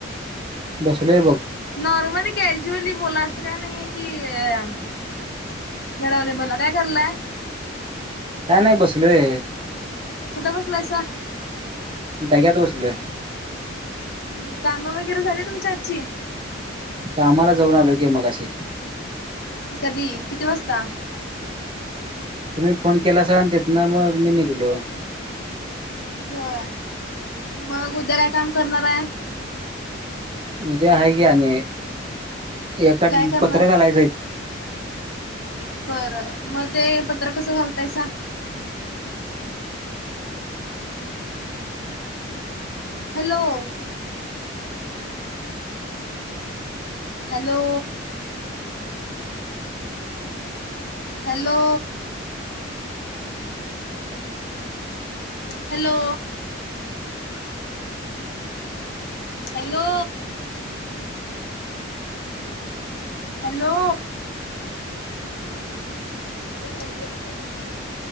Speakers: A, on the right (about 25°); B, on the left (about 55°).
A: बसलोय बघ.
B: नॉर्मली कॅज्युअली बोला असं काय नाहीये की बर रावदे बोला काय करलाय?
A: काय नाही बसलोय.
B: कुठं बसलायसा?
A: डक्यात बसलोय.
B: हम्म, कामं वगैरे झाली तुमची आजची.
A: कामाला जाऊन आलो की मगाशी.
B: कधी किती वाजता?
A: तुम्ही फोन केलासा आणि तितनं मग निघलो.
B: होय,, मग उद्या काय काम करणार आहे?
A: उद्या आहे की आमी, एकात
B: काय करणार
A: पत्रं घालायचंयत.
B: बरं, मग ते पत्र कसं घालतायसा? Hello. Hello. Hello. Hello. Hello hello. ते ह <unintelligible>